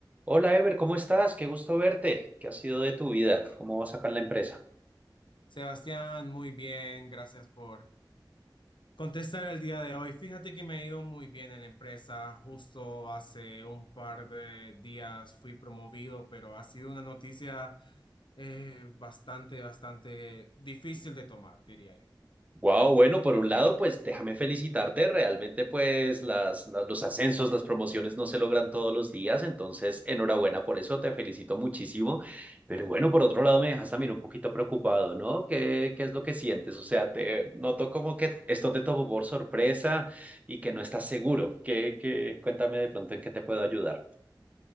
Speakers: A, on the right; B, on the left.
A: Hola Ever, ¿cómo estás? Qué gusto verte. ¿Qué ha sido de tu vida? ¿Cómo vas acá en la empresa?
B: Sebastián, muy bien, gracias por contestar el día de hoy. Fíjate que me ha ido muy bien en la empresa. Justo hace un par de días fui promovido, pero ha sido una noticia eh, bastante, bastante difícil de tomar, diría yo.
A: Wow, bueno, por un lado, pues déjame felicitarte. Realmente, pues las, las- los ascensos, las promociones no se logran todos los días, entonces enhorabuena por eso, te felicito muchísimo. Pero bueno, por otro lado, me dejas también un poquito preocupado, ¿no? ¿Qué, qué es lo que sientes? O sea, te noto como que esto te tomó por sorpresa y que no estás seguro. ¿Qué, qué? Cuéntame de pronto en qué te puedo ayudar.